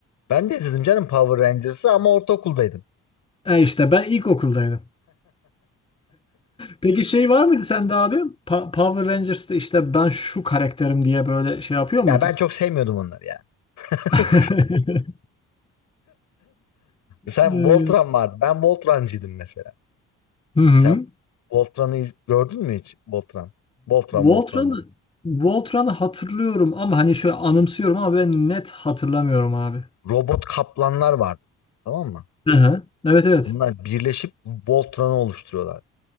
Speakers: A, on the left; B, on the left.
A: Ben de izledim canım Power Rangers'ı ama ortaokuldaydım.
B: E işte ben ilkokuldaydım. Peki şey var mıydı sende abi? Pa- Power Rangers'ta işte ben şu karakterim diye böyle şey yapıyor muydun?
A: Ya ben çok sevmiyordum onları ya. <laughs>
B: <laughs>
A: Sen
B: Hmm.
A: Voltron vardı. Ben Voltran'cıydım mesela.
B: Hı hı.
A: Sen Voltran'ı iz- gördün mü hiç? Voltran. Voltran,
B: Voltran'ı
A: Voltran, Voltran.
B: Voltran'ı hatırlıyorum ama hani şöyle anımsıyorum ama ben net hatırlamıyorum abi.
A: Robot kaplanlar vardı. Tamam mı?
B: Hı hı. Evet evet.
A: Bunlar birleşip Voltran'ı oluşturuyorlar.